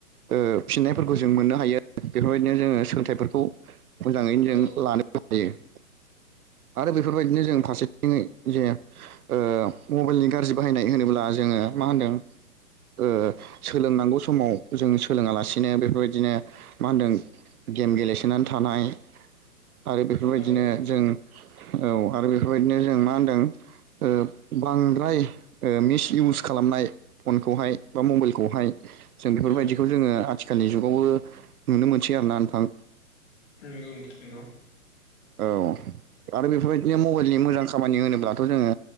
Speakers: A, on the right; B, on the left.
A: ओ फिननायफोरखौ जों मोननो हायो बेफोरबायदिनो जोङो सोलोंथाइफोरखौ मोजाङैनो
B: औ
A: जों लानो हायो। <inaudible> आरो बेफोरबायदिनो जों फारसेथिङै जे ओ मबाइलनि गाज्रि बाहायनाय होनोब्ला जोङो मा होनदों? ओ सोलोंनांगौ समाव जों सोलोङालासिनो बेफोरबायदिनो मा होनदों? गेम गेलेसोनानै थानाय आरो बेफोरबायदिनो
B: औ
A: जों औ आरो बेफोरबायदिनो जों मा होनदों? ओ बांद्राय मिसइउस खालामनाय फनखौहाय बा मबाइलखौहाय जों बेफोरबायदिखौ
B: औ
A: जोङो आथिखालनि जुगावबो नुनो मोनसै आरोना नोंथां?
B: नोंगौ नोंगौ
A: औ आरो बेफोरबायदिनो मबाइलनि मोजां खामानि होनो ब्लाथ' जोङो